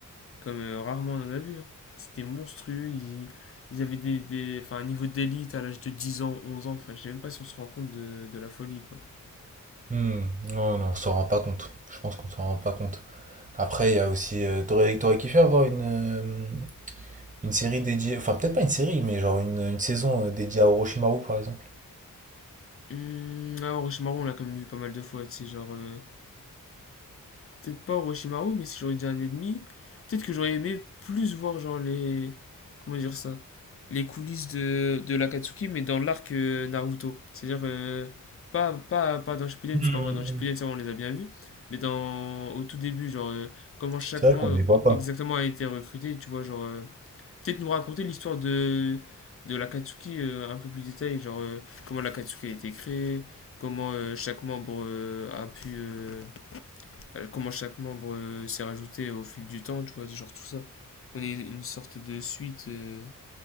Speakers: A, on the left; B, on the right.
A: comme euh, rarement on en a vu. hein. C'était monstrueux, ils, ils avaient des, des, enfin, un niveau d'élite à l'âge de 10 ans, 11 ans, enfin, je sais même pas si on se rend compte de, de la folie, quoi.
B: Hmm, Non, non, on s'en rend pas compte. Je pense qu'on s'en rend pas compte. Après, il y a aussi, euh, t'aurais t'aurais kiffé avoir une euh, une série dédiée, enfin peut-être pas une série, mais genre une, une saison euh, dédiée à Orochimaru par exemple.
A: Hum, ah, Orochimaru, on l'a quand même vu pas mal de fois, tu sais, genre... euh, peut-être pas Orochimaru, mais si j'aurais dit un ennemi, peut-être que j'aurais aimé plus voir genre les comment dire ça, les coulisses de de l'Akatsuki mais dans l'arc euh, Naruto. C'est-à-dire euh, pas pas pas dans Shippuden
B: Hmm.
A: parce qu'en vrai dans Shippuden ça on les a bien vus, mais dans au tout début genre euh, comment chacun
B: C'est vrai qu'on ne les voit pas.
A: exactement a été recruté, tu vois genre euh, peut-être nous raconter l'histoire de de l'Akatsuki euh, un peu plus détaillée, genre euh, comment l'Akatsuki a été créé, comment euh, chaque membre euh, a pu euh, bah, comment chaque membre euh, s'est rajouté au fil du temps, tu vois, genre tout ça. Qu'on ait une sorte de suite euh,